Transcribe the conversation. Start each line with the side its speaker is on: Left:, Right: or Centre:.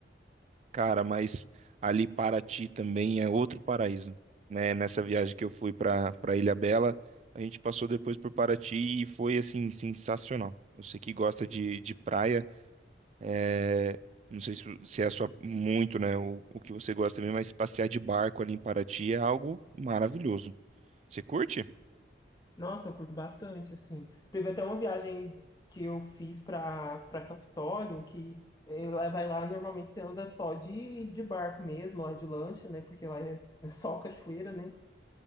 Right: Cara, mas ali Paraty também é outro paraíso, né? Nessa viagem que eu fui pra para Ilhabela, a gente passou depois por Paraty e foi assim sensacional. Você que gosta de, de praia, é, não sei se, se é a sua muito, né? O, o que você gosta mesmo, mas passear de barco ali em Paraty é algo maravilhoso. Você curte?
Left: Nossa, eu curto bastante, assim. Teve até uma viagem que eu fiz pra, pra Capitólio, que eh, lá- vai lá, normalmente você anda só de, de barco mesmo, lá de lancha, né? Porque lá é é só cachoeira, né?